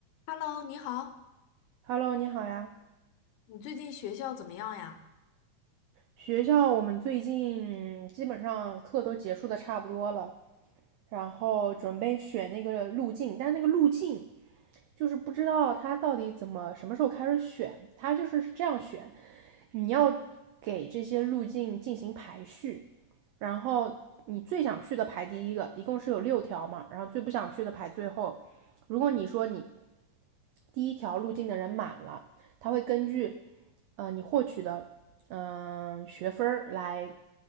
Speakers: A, on the left; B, on the right.
A: Hello，你好，
B: Hello，你好呀。
A: 你最近学校怎么样呀？
B: 学校我们最近基本上课都结束的差不多了，然后准备选那个路径，但是那个路径就是不知道它到底怎么什么时候开始选，它就是是这样选，你要给这些路径进行排序，然后你最想去的排第一个，一共是有六条嘛，然后最不想去的排最后。如果你说你第一条路径的人满了，他会根据呃你获取的嗯、呃学分儿来，